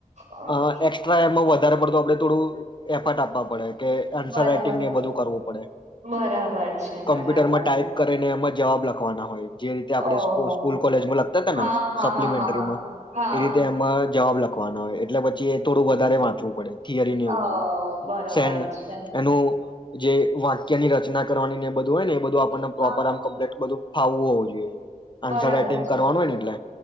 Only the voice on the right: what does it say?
હા.
બરાબર
બરાબર છે બરાબર
ઓહો
હા
હા
હા હા હા. હા
અ
બરોબર
છે.
હા
બરાબર
છે